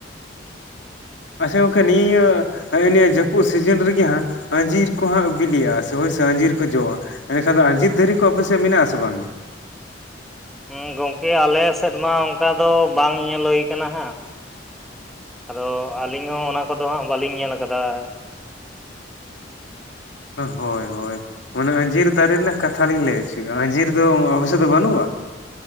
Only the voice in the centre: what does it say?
ᱦᱮᱸ ᱜᱚᱝᱠᱮ ᱟᱞᱮ ᱥᱮᱫ ᱢᱟ ᱚᱝᱠᱟ ᱫᱚ ᱵᱟᱝ ᱧᱮᱞ ᱦᱩᱭ ᱠᱟᱱᱟ ᱦᱟᱸᱜ ᱾ ᱟᱫᱚ ᱟᱹᱞᱤᱧ ᱦᱚᱸ ᱚᱱᱟ ᱠᱚᱫᱚ ᱦᱟᱸᱜ ᱵᱟᱞᱤᱧ ᱧᱮᱞ ᱟᱠᱟᱫᱟ ᱾